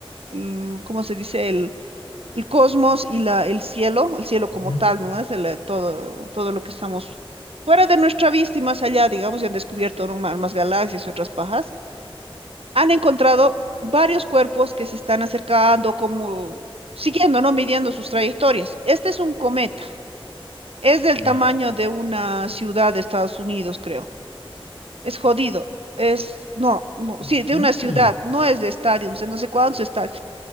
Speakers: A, on the right; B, on the left.
A: el- ¿cómo se dice? El, el cosmos y la, el cielo, el cielo como
B: Ujú.
A: tal, ¿no? Es el, eh, todo, todo lo que estamos fuera de nuestra vista y más allá, digamos, y han descubierto ¿no? más, más galaxias y otras pajas han encontrado varios cuerpos que se están acercando, como siguiendo, ¿no? Midiendo sus trayectorias. Este es un cometa. Es del
B: Ya.
A: tamaño de una ciudad de Estados Unidos, creo. Es jodido. Es, no, no,
B: Increíble.
A: sí, de una ciudad, no es de estadios, de no sé cuántos estadios.